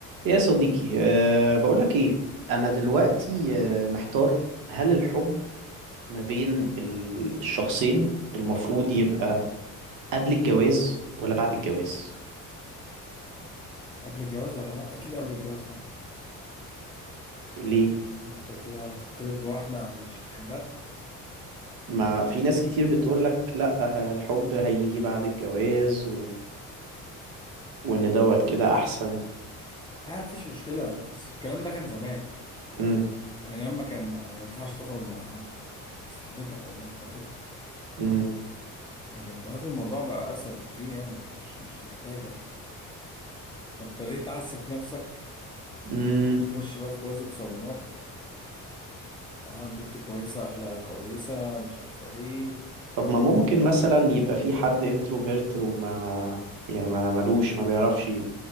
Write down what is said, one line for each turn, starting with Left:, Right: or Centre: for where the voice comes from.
Right: يا صديقي أه بقولك ايه انا دلوقتي أه محتار هل الحب ما بين ال- الشخصين المفروض يبقى قبل الجواز ولا بعد الجواز
Left: قبل الجواز ولا لا اكيد قبل الجواز طبعا
Right: ليه
Left: انت كده هترتبط بواحده مش بتحبها
Right: ما في ناس كتير بتقولك لا ه- الحب هيجي بعد الجواز و... وان دوت كده احسن
Left: ما فيش مشكله بس الكلام ده كان زمان
Right: مم.
Left: ايام ما كان ما ينفعش تخرج مع صاحبتك او مع خطيبتك
Right: مم.
Left: لكن دلوقتي الموضوع بقى اسهل بكتير يعني مش مش محتاجه يعني فانت ليه تعسف نفسك
Right: مم.
Left: وتخش بقى في جوازة صالونات اه البت كويسة اخلاقها كويسة مش عارفة ايه
Right: طب ما ممكن
Left: آه
Right: مثلا يبقى في حد انتروفيرت وما يعني ما ملوش ما بيعرفش يت-